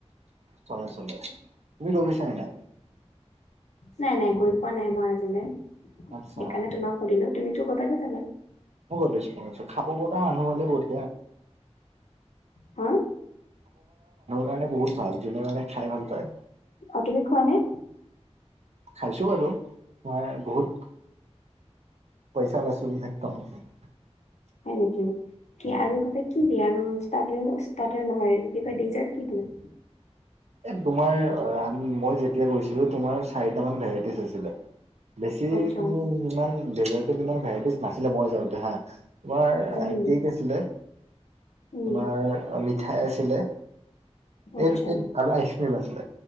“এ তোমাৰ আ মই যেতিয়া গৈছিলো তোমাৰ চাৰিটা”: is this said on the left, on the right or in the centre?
Right